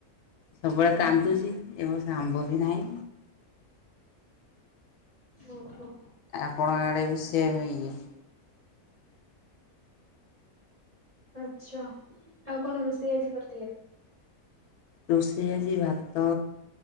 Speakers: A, on the left (about 80°); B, on the right (about 25°).
A: ସବୁବେଳେ
B: ଓହୋ
A: କାନ୍ଦୁଛି ଏ ବର୍ଷ ଆମ୍ବ ବି ନାହିଁ।
B: ଓହୋ
A: ଆପଣଙ୍କ ଆଡେ ବି ସେମ୍ ଇଏ।
B: ଆଚ୍ଛା ଆଉ କଣ ରୋଷେଇ ଆଜି କରିଥିଲେ!
A: ରୋଷେଇ ଆଜି ଭାତ,